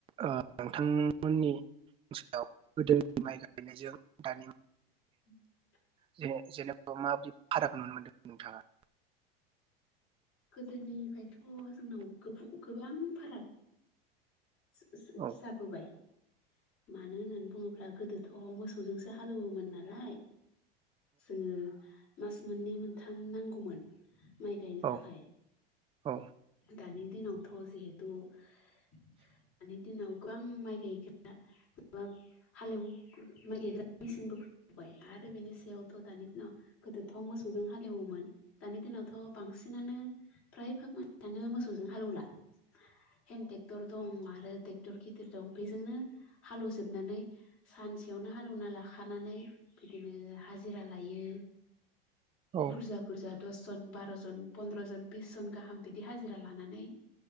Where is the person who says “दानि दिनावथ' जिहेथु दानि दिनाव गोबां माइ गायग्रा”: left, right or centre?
Left